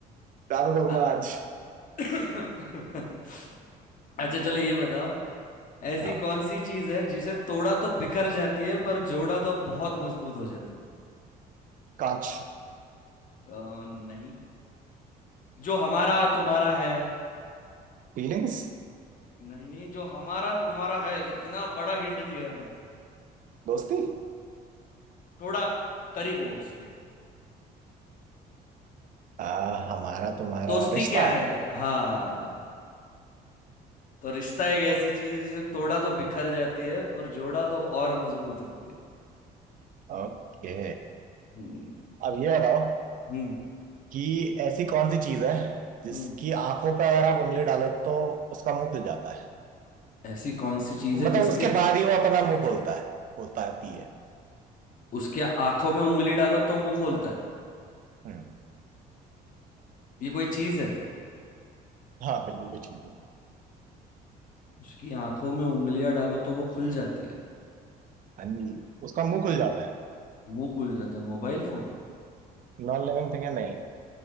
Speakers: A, on the right (about 50°); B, on the left (about 50°).
A: सोचना
B: अ-
A: आज
B: <coughs> अच्छा चलो ये बताओ ऐसी
A: हाँ,
B: कौन सी चीज है जिसे तोड़ा तो बिखर जाती है पर जोड़ा तो बहुत मजबूत हो जाती है
A: कांच
B: अ, नहीं जो हमारा तुम्हारा है
A: फीलिंग्स
B: नहीं नहीं जो हमारा तुम्हारा है इतना बड़ा हिंट दिया है मैंने
A: दोस्ती
B: थोड़ा करीब हो उसके
A: आ, हमारा तुम्हारा
B: दोस्ती
A: रिश्ता
B: क्या है हाँ तो रिश्ता एक ऐसी चीज है जिसे तोड़ा तो बिखर जाती है पर जोड़ा तो और मजबूत होती है
A: ओके
B: हम्म
A: अब ये बताओ
B: हम्म
A: कि ऐसी कौन सी चीज है जिसकी
B: हम्म
A: आंखों पे अगर आप उंगली डालो तो उसका मुंह खुल जाता है
B: ऐसी कौन सी चीज
A: मतलब
B: है जिसके
A: उसके बाद ही वो अपना मुंह खोलता है खोलता आती है
B: उसके आंखों में उंगली डालो तो मुंह खोलता है
A: हम्म
B: ये कोई चीज है
A: हाँ बिल्कुल भी ठीक हो
B: उसकी आंखों में उंगलियां डालो तो वो खुल जाती है
A: हाँ जी उसका मुंह खुल जाता है
B: मुंह खुल जाता है mobile phone
A: नॉन लिविंग थिंग है नहीं